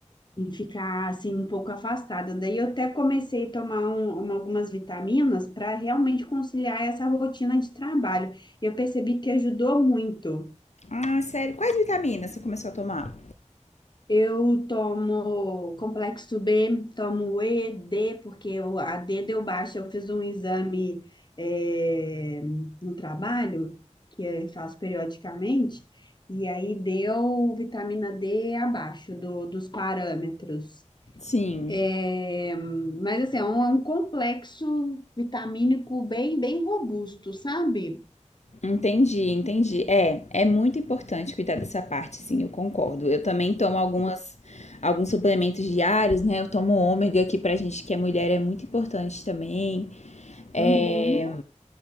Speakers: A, on the left; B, on the left.
A: em ficar assim um pouco afastada. Daí eu até comecei a tomar um- um- algumas vitaminas para realmente conciliar essa rotina de trabalho. Eu percebi que ajudou muito.
B: Ah, sério. Quais vitaminas você começou a tomar?
A: Eu tomo complexo B, tomo E, D, porque o a D deu baixa. Eu fiz um exame eh, no trabalho, que eu faço periodicamente, e aí deu vitamina D abaixo do- dos parâmetros.
B: Sim.
A: Eh, mas assim, é um, é um complexo vitamínico bem, bem robusto, sabe?
B: Entendi, entendi. É, é muito importante cuidar dessa parte, sim, eu concordo. Eu também tomo algumas, alguns suplementos diários, né? Eu tomo ômega, que pra gente que é mulher é muito importante também. É,
A: Uhum.